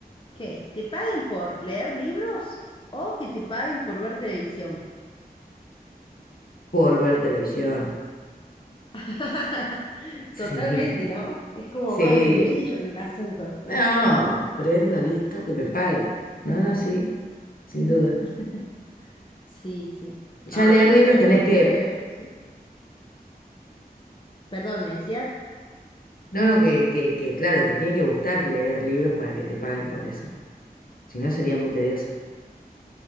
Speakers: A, on the left; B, on the left.
A: ¿Que te paguen por leer libros o que te paguen por ver televisión?
B: por ver televisión.
A: <laughs>
B: Sí,
A: Totalmente,
B: <laughs>
A: ¿no? Es como
B: sí.
A: más sencillo el asunto.
B: No, prendo, listo, que me paguen. No, no, sí, sin duda.
A: <laughs> Sí, sí.
B: Ya
A: Ah,
B: leer
A: yo
B: libros
A: no sé, a
B: tenés
A: mí me gusta
B: que,
A: leer, sí. Perdón, ¿me decías?
B: no, no, que, que, que, claro, te tiene que gustar leer libros para que te paguen por eso. Si no, sería muy tedioso.